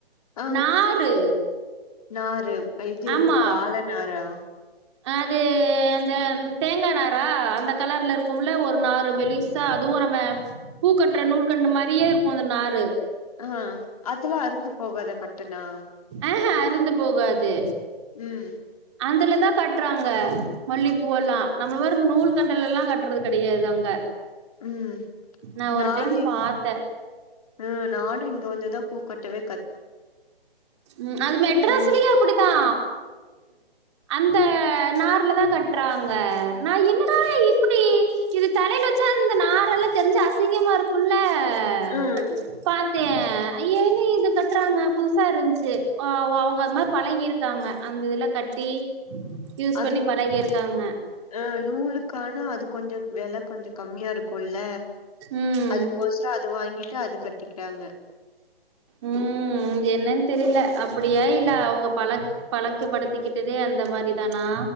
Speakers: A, on the left (about 35°); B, on the right (about 30°).
A: ஆ
B: நாரு
A: நாரு இது
B: ஆமா
A: வாழ நாரா
B: அது அந்த தேங்கா நாரா அந்த கலர்ல இருக்கும்ல ஒரு நாரு மெலிஸ் ஸா அதுவு நம்ம பூக்கட்டுற நூல் கண்டு மாரியே இருக்கு அந்த நாரு
A: அ அதெல்லா அருந்து போகாத கட்டுனா
B: ஆஹா அருந்து போகாது
A: ம்
B: அந்துல தா கட் றாங்க மல்லிப்பூயெல்லா நம்ம மாரி நூல் கண்டுல்ல எல்லா கட்றது கெடையாது அங்க
A: ம்
B: நா ஒரு
A: நானு
B: டைம்
A: இங்க
B: பாத்தே
A: ம் நானு இங்க வந்துதா பூக்கட்டவே
B: ம் அது மெட்ராஸ்லயே
A: ம்
B: அப்படித்தா அந்த நார்ல தா கட்றாங்க நா என்னடா இப்டி இது தலையில வச்சா இந்த நாரெல்லா தெரிஞ்சு அசிங்கமா இருக்குல்ல அ
A: ம்
B: பாத்தே ஐய்ய என்ன இது கட்டுறாங்க புதுசா இருந்துச்சு அவ அவங்க அது மாரி பழகி இருக்காங்க அந்த இதுல கட்டி யூஸ்
A: அது
B: பண்ணி பழகிருக்காங்க
A: ஆ நூலுக்கான அது கொஞ்ச வெல கொஞ்ச கம்மியா இருக்குல்ல
B: ம்
A: அதுக்கொசு அது வாங்கிட்டு அது கட்டிகிட்டாங்க
B: ம் அது என்னன் தெரில அப்படியா இல்ல அவங்க பழ பழக்கப்படுத்திக்கிட்டதே அந்த மாரி தானா